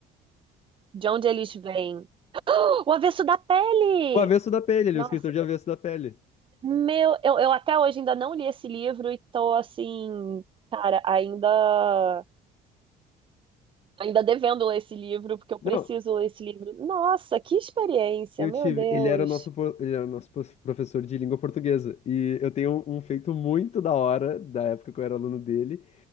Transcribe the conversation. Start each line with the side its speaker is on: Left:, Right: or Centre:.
Right: De onde eles vêm? O avesso da pele!
Left: O Avesso da Pele, ele
Right: Nossa,
Left: é o escritor de Avesso da Pele.
Right: meu, eu, eu até hoje ainda não li esse livro e tô assim, cara, ainda ainda devendo ler esse livro, porque eu
Left: Não,
Right: preciso ler esse livro. Nossa, que experiência,
Left: eu
Right: meu
Left: tive.
Right: Deus.
Left: Ele era o nosso, po- ele era o nosso pos- professor de língua portuguesa. E eu tenho um, um feito muito da hora, da época que eu era aluno dele